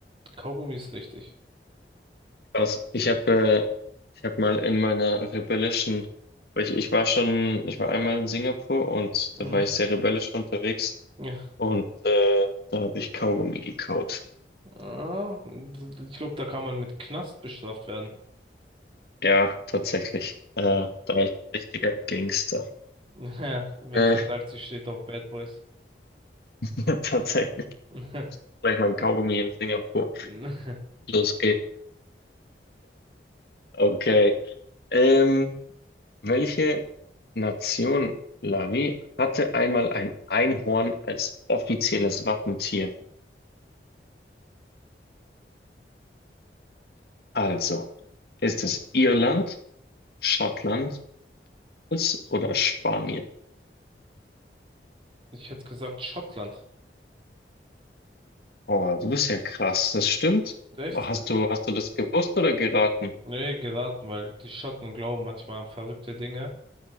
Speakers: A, on the right; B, on the left.
A: Kaugummi ist richtig.
B: Krass. Ich habe äh, ich hab mal in meiner rebellischen, weil ich, ich war schon, ich war einmal in Singapur und
A: Mhm.
B: da war ich sehr rebellisch unterwegs
A: <laughs>
B: und äh, da habe ich Kaugummi gekaut.
A: Ja, ich glaube, da kann man mit Knast bestraft werden.
B: Ja, tatsächlich. Äh,
A: Aber
B: da war ich ein richtiger Gangster.
A: <laughs> wenn
B: Äh,
A: sie sagt, sie steht auf Bad Boys.
B: <laughs> tatsächlich.
A: <laughs>
B: Gleich mein Kaugummi in Singapur.
A: Mhm.
B: Los geht's. Okay. Ähm, welche Nation, Lavi, hatte einmal ein Einhorn als offizielles Wappentier? Also, ist es Irland, Schottland es- oder Spanien?
A: Ich hätte gesagt Schottland.
B: Oh, du bist ja krass, das stimmt.
A: Echt?
B: Hast
A: Ja.
B: du, hast du das gewusst oder geraten?
A: Nee, geraten, weil die Schotten glauben manchmal an verrückte Dinge.